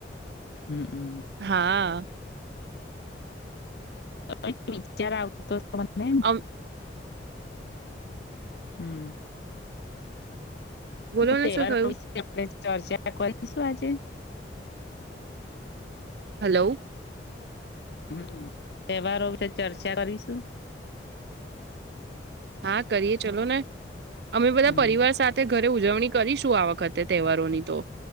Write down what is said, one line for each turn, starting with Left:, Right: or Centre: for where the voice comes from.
Left: હમ્મ અમ.
Right: હા.
Left: કંઈક વિચાર આવતો મને.
Right: અમ
Left: હમ.
Right: બોલો ને
Left: તહેવારો
Right: શું થયું
Left: વિશે આપણે ચર્ચા કરીશું આજે?
Right: હલો.
Left: હમ. તહેવારો વિશે ચર્ચા કરીશું?
Right: હા કરીએ ચલોને, અમે બધા
Left: હમ
Right: પરિવાર સાથે ઘરે ઉજવણી કરીશું આ વખતે તહેવારોની તો